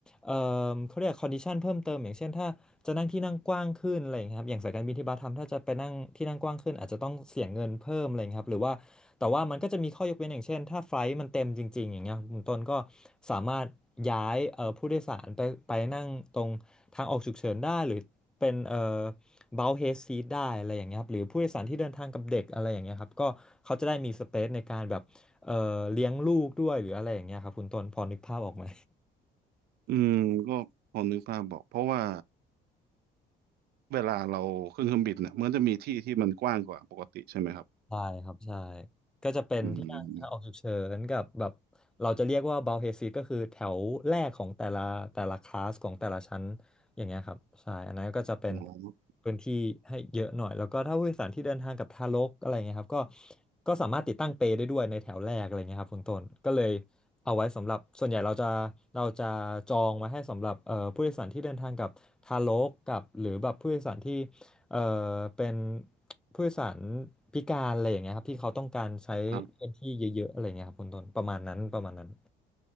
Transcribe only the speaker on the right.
อืมก็พอนึกภาพบอกเพราะว่าเวลาเราขึ้นเครื่องบินเนี่ยมันจะมีที่ที่มันกว้างกว่าปกติใช่ไหมครับ
อืม
อ๋อ
ครับ